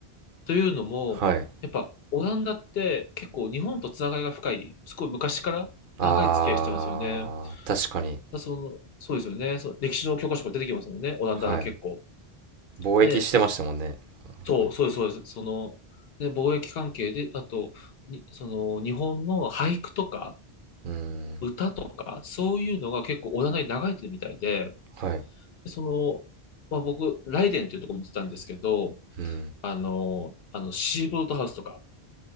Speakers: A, on the left; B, on the right.
A: というのも、
B: はい。
A: やっぱオランダって結構日本とつながりが深い、すごい昔から長い付き合いしてますよね。
B: あー、確かに。
A: だその、そうですよね。そう、歴史の教科書が出てきますもんね。オランダが結構。
B: はい。貿易してましたもんね。
A: で、そう、
B: はい、
A: そうです、そうです。その、ね、貿易関係で、あと、に、その、日本の俳句とか、
B: うーん、
A: 歌とか、そういうのが結構オランダに流れてるみたいで、
B: はい。
A: でその、まあ、僕、ライデンっていうところに行ってたんですけど、
B: うん。
A: あの、あの、シーボルトハウスとか、